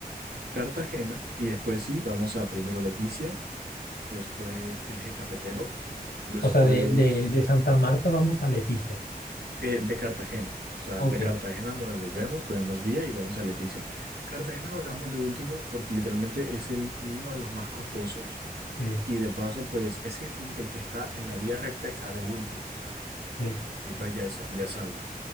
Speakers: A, on the right (about 85°); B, on the left (about 80°).
A: Cartagena y después sí, vamos a primero Leticia, después el eje cafetero, después
B: O sea, de, de, de Santa Marta vamos a Leticia.
A: eh, de Cartagena. O sea,
B: Ok,
A: de Cartagena nos devolvemos, cogemos vía y vamos a Leticia. Cartagena lo dejamos de último porque literalmente es el, uno de los más costosos
B: sí,
A: y de paso pues es el- como que el que está en la vía recta está de último
B: sí.
A: y para allá es, ya es agua.